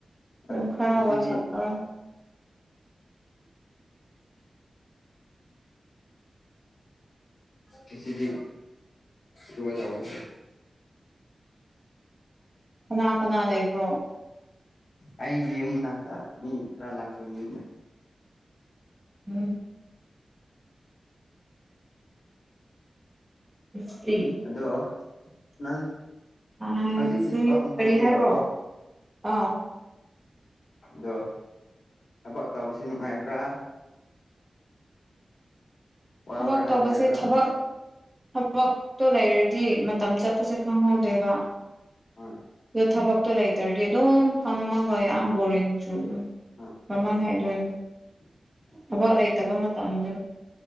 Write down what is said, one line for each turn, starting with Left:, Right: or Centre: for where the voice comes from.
Right: ꯄꯨꯝ
Left: ꯍꯣꯏ
Right: ꯈꯔ
Left: ꯉꯁꯤꯗꯤ
Right: ꯋꯥꯁꯞ ꯇꯧ
Left: ꯍꯣꯏ ꯁꯤꯗꯤ ꯑꯗꯨꯒꯥ ꯇꯧꯕꯥꯒꯤ
Right: ꯀꯅꯥ ꯀꯅꯥ ꯂꯩꯕ꯭ꯔꯣ
Left: ꯑꯩꯒꯤ ꯌꯨꯝ ꯃꯥꯅꯥꯛꯇ ꯃꯤ ꯈꯔ ꯂꯥꯛꯄꯒꯤ
Right: ꯎꯝ ꯁꯤ
Left: ꯑꯗꯣ ꯅꯪ
Right: ꯑꯥ
Left: ꯍꯧꯖꯤꯛꯇꯤ
Right: ꯁꯤ
Left: ꯊꯕꯛ ꯃꯐꯝꯅꯦꯕꯀꯣ
Right: ꯀꯔꯤ ꯍꯥꯏꯕꯔꯣ ꯑꯥ
Left: ꯑꯗꯣ ꯊꯥꯕꯛ ꯇꯧꯕꯁꯦ ꯅꯨꯡꯉꯥꯏꯕ꯭ꯔꯥ ꯋꯥꯕ꯭ꯔꯥ
Right: ꯊꯥꯕꯛ ꯇꯣꯕꯁꯦ
Left: ꯅꯨꯡꯉꯥꯏꯕ꯭ꯔꯥ
Right: ꯊꯥꯕꯛ ꯊꯕꯛꯇꯣ ꯂꯩꯔꯗꯤ ꯃꯇꯝ ꯆꯠꯄꯁꯦ ꯈꯪꯍꯧꯗꯦꯕ
Left: ꯑꯥ
Right: ꯑꯗꯣ ꯊꯕꯛꯇꯣ ꯂꯩꯇ꯭ꯔꯗꯤ ꯑꯗꯨꯝ ꯐꯝꯃꯥꯒ ꯌꯥꯝ ꯕꯣꯔꯤꯡ ꯆꯨꯏ
Left: ꯑꯥ
Right: ꯀꯃꯥꯏꯅ ꯍꯥꯏꯗꯣꯏꯅꯣ
Left: <inaudible>
Right: ꯊꯥꯕꯛ ꯂꯩꯇꯕ ꯃꯇꯝꯗꯨ